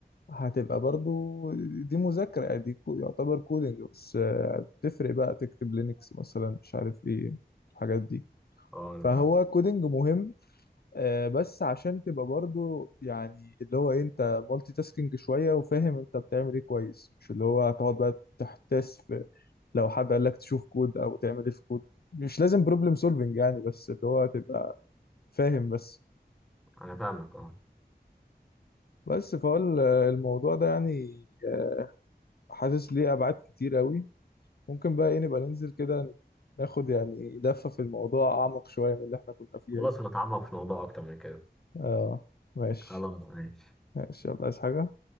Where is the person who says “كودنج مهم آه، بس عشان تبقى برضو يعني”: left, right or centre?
Left